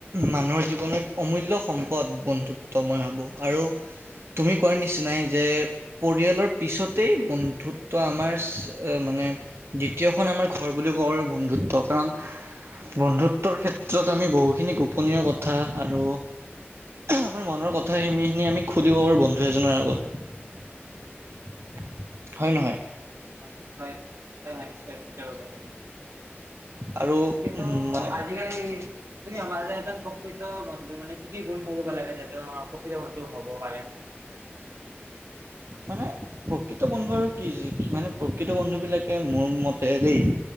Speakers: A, on the right (about 65°); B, on the right (about 80°).
A: মানুহৰ জীৱনত অমূল্য সম্পদ বন্ধুত্ব মই ভাবোঁ আৰু- তুমি কোৱাৰ নিচিনাই যে- পৰিয়ালৰ পিছতেই বন্ধুত্ব আমাৰ <unintelligible> মানে দ্বিতীয়খন আমাৰ ঘৰ বুলি ক'ব পাৰি বন্ধুত্ব কাৰণ বন্ধুত্বৰ ক্ষেত্ৰত আমি বহুখিনি গোপনীয় কথা আৰু আমাৰ মনৰ কথাখিনি খিনি আমি সুধিব পাৰো বন্ধু এজনৰ আগত হয় নহয়
B: নিশ্চয় নিশ্চয় <unintelligible>
A: আৰু
B: কিন্তু
A: উম মানে
B: আজিকালি তুমি আমাৰ এ এজন প্ৰকৃত বন্ধু মানে কি কি গুণ থাকিব লাগে যাতে আমাৰ প্ৰকৃত বন্ধু হব পাৰে
A: মানে প্ৰকৃত বন্ধু আৰু কি মানে প্ৰকৃত বন্ধু বিলাকে মোৰ মতে দেই